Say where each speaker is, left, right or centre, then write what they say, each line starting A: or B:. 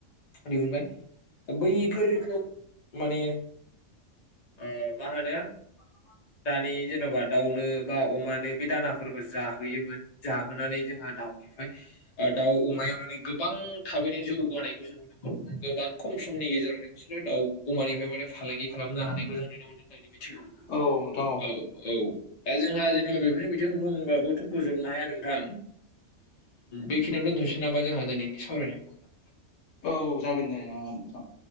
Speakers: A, on the left (about 45°); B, on the left (about 70°).
A: दिहुनबाय दा बैफोरखौ माने अ माहोनो
B: अ
A: दानि जेन'बा दाउनो बा अमानो बे दानाफोरबो जाहोयोमोन जाहोनानै जोंहा दाउनिफ्राय दाउ अमाया माने गोबां थाबैनो जौगानायखौ जों नु मोन गोबां खम समनि गेजेरावनो बिसोरो दाउ अमानिफ्राय माने फालांगि खालामनो हानायखौ जों नुनो मोनदों दनि बिथिङाव
B: औ नोंथां
A: औ औ दा जोंहा जेनेबा बेफोरनि बिथिं बुंबाबोथ' बुजोबनो हाया नोंथां बेखिनियाव दोनथ'नोसै नामा जोंहा दिनैनि सावरायनायखौ मोनदों
B: औ जागोन दे नोंथां